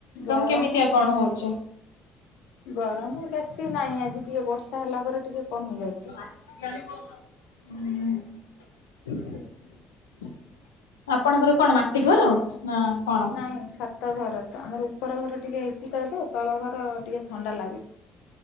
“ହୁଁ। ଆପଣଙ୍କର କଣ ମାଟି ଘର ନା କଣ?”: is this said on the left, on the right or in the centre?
Left